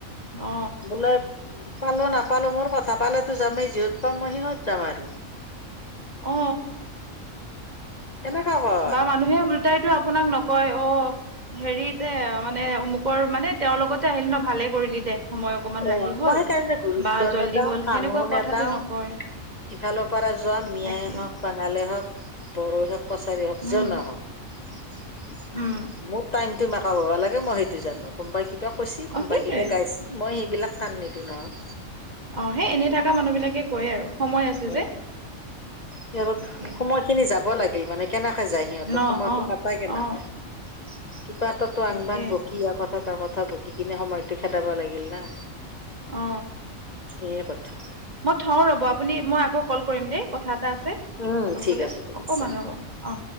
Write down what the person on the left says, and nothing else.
বোলে পালো নাপালো মোৰ কথা পালেতো যামেই যিহত পাম মই সিহঁত যাম আৰু
এনেকোৱা আক
অ
মই সেইকাৰণে গুৰুত্ব
নেদাও
কামো
নেদাও
ইফালৰ পৰা যোৱা মিয়াই
হওক, বাঙালেই হওক, বড়ো হওক কছাৰী হওক
যোন নহওক মোৰ
টাইম টাইমটো মেকাপ হব লাগে মই সেইটো জানো কোনোবাই কিবা কৈছে
কোনোবাই
কিবা গাইছে মই সেইবিলাক কাণ নিদো নহয়।
অ
সিহঁতৰ
সময় খিনি যাব লাগিল মানে কেনেকে যায় সিহঁতৰ
সময়তো
কাটাই কেনেকে
কিবা এটাতো
আং বাং বকি যাবই যা‌ তা কথা বকি কিনে সময়তো খেদাব লাগিল না
সেয়ে কথা।
উম
ঠিক আছে ঠিক
আছে